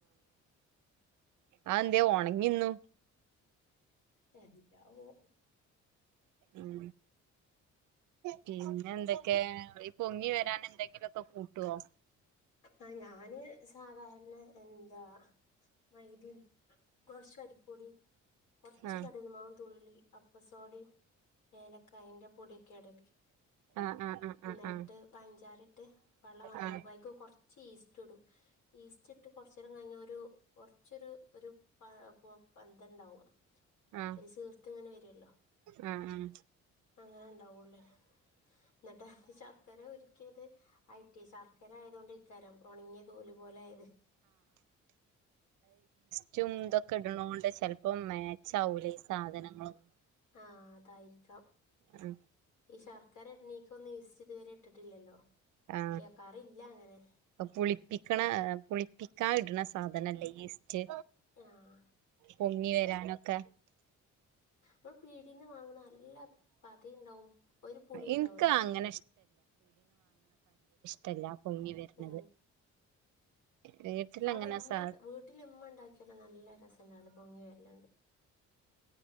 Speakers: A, on the right (about 80°); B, on the left (about 80°).
A: ആ എന്ത് ഒണങ്ങിന്നു
B: എന്താവോ
A: ഉം പിന്നെ എന്തേ ഏ ഈ പൊങ്ങി വരൻ എന്തെങ്കിലുമൊക്കെ കൂട്ടുവോ
B: ആഹ് ഞാന് സാധാരണ എന്താ മൈദെയും കുറച്ച് അരിപ്പൊടിയും കുറച്ച്
A: ആഹ്
B: കടലമാവ് തുള്ളി അപ്പസോടയും ഏലക്കായിൻറെ പൊടിക്കെ ഇടല്
A: ആഹ് ആഹ്
B: നെട്ട്
A: ആഹ്
B: പഞ്ചാര ഇട്ട് വെള്ളം വന്നും
A: ആഹ് ആഹ്
B: ബൈക്ക് കുറച്ച് ചീസ്റ്റുടും ഈസ്റ്റ് ഇട്ട് കുറച്ച നേരം കഴിഞ്ഞൊരു ഒരു കുറച്ചരു ഒരു പൊ പന്ത്രണ്ടാവും
A: ആഹ് ആഹ്
B: ഒരു സീർത്ത് ഇങ്ങനെ വരുല്ലോ
A: ആഹ് ആഹ്
B: അങ്ങനെ ഉണ്ടാവുള്ളല്ലോ എന്നിട്ട് ശർക്കര ഒരുക്കിയത് ആയിട്ടേ ശർക്കര ആയത്കൊണ്ടായിരിക്കാരം ഉണങ്ങിയ തോല് പോലെ ആയത്
A: ജ്ജുമന്തൊക്കെ ഇടുന്നോണ്ട് ചിലപ്പോമേ ചൗരേ സാധനങ്ങളും
B: ആ അതായിരിക്കാം
A: ആഹ്
B: ഇഷാർ ആക്കാര എണീക്കൊ ഒന്നും യീസ്റ്റ് ഇതുവരെ ഇട്ടിട്ടില്ലല്ലോ
A: ആ
B: കേൾക്കാറില്ല അങ്ങനെ
A: പുളിപ്പിക്കണ പുളിപ്പിക്ക് <unintelligible> ന സാധനല്ലേ ഈസ്
B: ആ
A: പൊങ്ങി വരാനൊക്കെ
B: നമ്മൾ പീടീന്ന് വാങ്ങണ നല്ല പതയുണ്ടാവും ഒരു പുളിയുണ്ടാവല്ലേ
A: ഇൻക്ക്
B: ചെറിയ
A: അങ്ങനെ ടല്ല പൊങ്ങി വരണത്
B: ഏ
A: വീട്ടിലങ്ങനെ
B: അവിടെ ഉമ്മയും
A: സാ
B: വീട്ടില് ഉമ്മ ഉണ്ടാക്കിയല്ലോ നല്ല രസമുണ്ടാവല്ണ്ട് പൊങ്ങി വരല്ണ്ട്